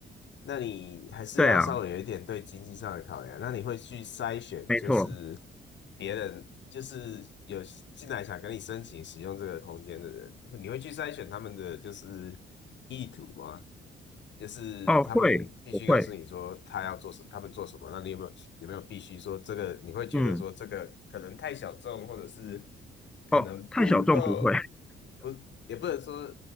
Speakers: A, on the left; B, in the centre.
A: 那你还是要稍微有一点对经济上的考量。
B: 对啊，
A: 那你会去筛选，
B: 没错。
A: 就是别人就是有进来想跟你申请使用这个空间的人，你会去筛选他们的就是意图吗？就是他们必须告诉你说他要做什么，
B: 哦，会，我会。
A: 他们做什么，那你有没有有没有必须说这个？你会觉得说这个可能太小众，
B: 嗯，
A: 或者是可能不够，
B: 哦，太小众不会，
A: 不也不能说